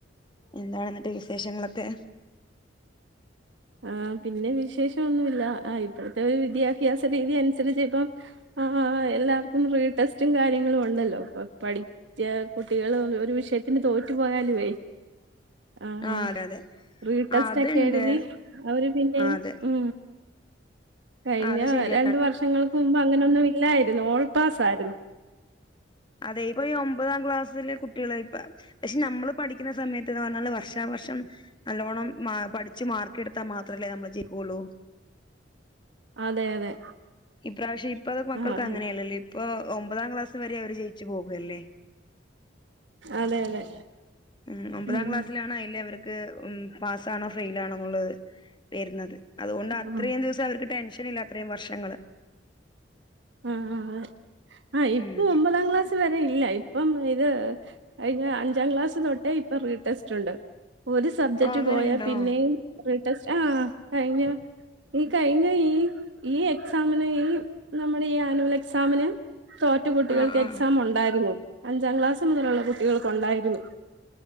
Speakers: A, on the left; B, on the right.
A: എന്താണ ന്നിട്ട് വിശേഷങ്ങളൊക്കെ
B: ആ പിന്നെ വിശേഷംഒന്നുല്ല ഇപ്പോഴത്തെ ഒരു വിദ്യാഭ്യാസ രീതി അനുസരിച്ച് ഇപ്പം ആ എല്ലാർക്കും റീ ടെസ്റ്റും കാര്യങ്ങളും ഉണ്ടല്ലോ ഇപ്പൊ പഠി കുട്ടികള് ഒരു വിഷയത്തിന് തോറ്റു പോയാലുവേ
A: <inaudible>
B: ആ ആ
A: അതെ അതെ
B: റീ ടെസ്റ്റ്
A: ആ അതുണ്ട്
B: ഒക്കെ എഴുതി അവര് പിന്നെയ
A: ആ അതെ
B: ഉ കഴിഞ്ഞ
A: ആ അത് ശരിയാ
B: രണ്ടു വർഷങ്ങൾക്ക് മുമ്പ് അങ്ങനൊന്നും ഇല്ലായിരുന്നു ഓൾപാസ് ആായിരുന്നു
A: അതെ ഇപ്പൊ ഈ ഒമ്പതാം ക്ലാസ്സിലെ കുട്ടികള ഇപ്പ പക്ഷെ നമ്മള് പഠിക്കുന്ന സമയത്ത് എന്ന് പറഞ്ഞാല് വർഷാവർഷം നല്ലോണ്ണം പഠിച്ച് മാർക്ക് എടുത്താൽ മാത്രമല്ലേ നമ്മൾ ജയിുക്കുള്ളൂ
B: അതെ അതെ
A: ഇപ്രാവശ്യം ഇപ്പ അത് മക്കൾക്ക്
B: ആഹ്
A: അങ്ങനെയല്ലല്ലോ ഇപ്പൊ ഒമ്പതാം ക്ലാസ് വരെ അവര് ജയിച്ചു പോകല്ലേ
B: അതെ അതെ
A: ഉ ഒമ്പതാം
B: ഉം
A: ക്ലാസ്സിലാണ് അല്ലേ അവർ ക്ക് ഉം പാസ്സ് ആണോ ഫൈൽ ആണോ എന്നുള്ളത് വരുന്നത് അതുകൊണ്ട് അത്രയും
B: ആഹ്
A: റിസ്ക് അവർക്ക് ടെൻഷൻ ഇല്ല അത്രയും വർഷങ്ങങ്ങള്
B: ആഹ് ആഹ് ആ ഇപ്പൊ
A: ഉം
B: ഒമ്പതാം ക്ലാസ് വരെ ഇല്ല ഇപ്പം ഇത് കഴിഞ്ഞ അഞ്ചാം ക്ലാസ് തൊട്ടേ ഇപ്പൊ റീടെസ്റ്റ് ഉണ്ട് ഒരു സബ്ജക്റ്റ്
A: ആ അങ്ങനെയുണ്ടോ
B: പോയാൽ പിന്നെയും റീ ടെസ്റ്റ് ആ കഴിഞ്ഞ ഈ കഴിഞ്ഞ ഈ ഈ എക്സാമിനെ ഈ നമ്മുടെ ഈ ആനുവൽ എക്സാമിന് തോറ്റ കുട്ടികൾക്ക്
A: ആഹ് ആഹ്
B: എക്സാം ഉണ്ടായിരുന്നു അഞ്ചാം ക്ലാസ് മുതലുള്ള കുട്ടികൾക്കുണ്ടായിരുന്നു